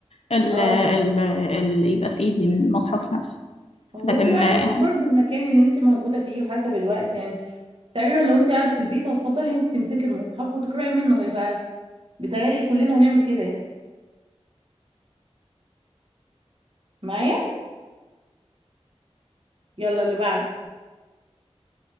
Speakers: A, on the left (about 70°); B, on the right (about 55°).
A: ال-
B: اه
A: ال- اللي يبقى في ايدي من المصحف نفسه
B: هو
A: لكن
B: بيبقى
A: آه
B: حسب برضه المكان اللي انت موجوده فيه وحسب الوقت يعني تقريبا لو انت قاعده في البيت هتفضلي انت تمسكي المصحف وتقراي منه هيبقى بيتهيألي كلنا هنعمل كده يعني معايا يلا اللي بعد